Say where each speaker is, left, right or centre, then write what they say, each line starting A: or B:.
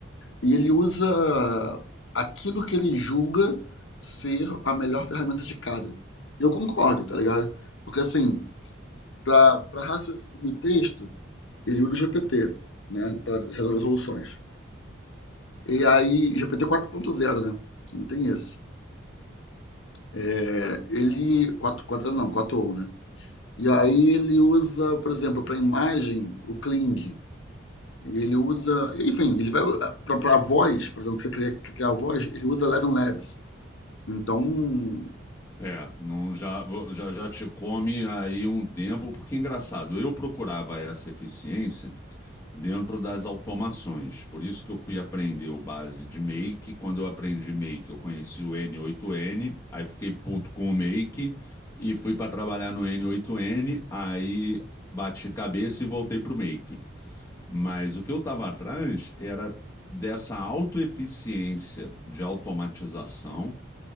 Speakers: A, on the left; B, on the left.
A: E ele usa aquilo que ele julga ser a melhor ferramenta de cada. Eu concordo, tá ligado? Porque assim, para raciocínio e texto, ele usa o GPT, né, para resolver soluções. E aí GPT zero né, não tem isso. Eh, ele quatro quatro não, quatro ou né. E aí ele usa, por exemplo, para imagem o Kling, ele usa enfim, ele vai para para voz, por exemplo, que você queria criar a voz, ele usa Eleven Labs Então, hum,
B: É, não, já, já, já te come aí um tempo, porque é engraçado, eu procurava essa eficiência dentro das automações. Por isso que eu fui aprender o base de Make. Quando eu aprendi Make, eu conheci o N8N, aí fiquei puto com o Make e fui para trabalhar no N8N, aí bati cabeça e voltei pro Make. Mas o que eu estava atrás era dessa autoeficiência de automatização